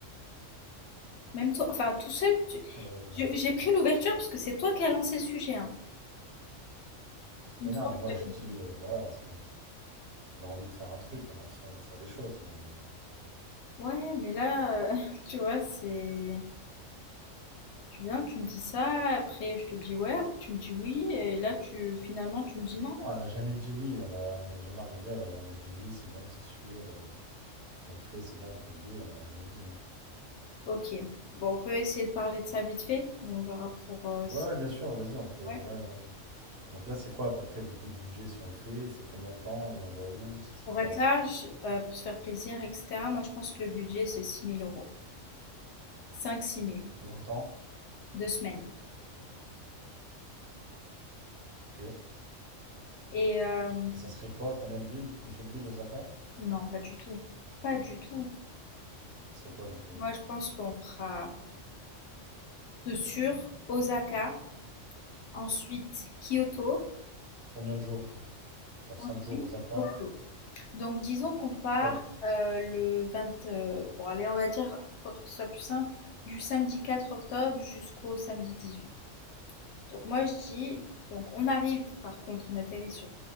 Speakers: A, on the left; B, on the right.
A: Même toi, enfin, tout seul, tu-
B: Euh, non.
A: je- j'ai pris l'ouverture parce que c'est toi qui as lancé le sujet, hein. Une
B: Mais
A: fois,
B: non, mais moi,
A: que
B: je
A: avais dit.
B: dis, euh, voilà, c'est comme j'ai envie de faire un truc, on a tous envie de faire des choses, mais.
A: Ouais, mais là, euh, <laughs> tu vois, c'est... Tu viens, tu me dis ça, après je te dis ouais, après tu me dis oui, et là tu finalement tu me dis non.
B: On n'a jamais dit oui, on a- on n'est jamais arrivé, à- on a dit oui, c'est bon, c'est sûr. euh, On le fait, c'est bon, on prend les billets, on l'a jamais dit. hein.
A: Ok. Bon, on peut essayer de parler de ça vite fait. On verra pour euh, si-
B: Ouais, ouais, bien sûr, vas-y, on peut.
A: ouais.
B: Ouais, ouais. Donc là, c'est quoi à peu près du coup le budget si on le fait? C'est combien de temps et on va où? Ça serait
A: Pour
B: quoi
A: être
B: là?
A: large, euh, pour se faire plaisir, etc. Moi, je pense que le budget c'est six mille euros. Cinq six mille.
B: Pour combien de temps?
A: deux semaines.
B: Ok. Et
A: Et euh,
B: ça serait quoi? Combien de villes? Une seule ville, Osaka?
A: non, pas du tout. Pas du tout.
B: Ça serait quoi du coup?
A: Moi, je pense qu'on fera de sûr Osaka, ensuite Kyoto,
B: Combien de jours? Genre
A: ensuite
B: cinq jours Osaka?
A: Tokyo. Donc disons qu'on part
B: Quatre.
A: euh, le 20, euh, bon allez, on va dire pour que ce soit plus simple, du samedi 4 octobre jusqu'au samedi 18. Donc moi je dis, donc on arrive par contre, on atterrit sur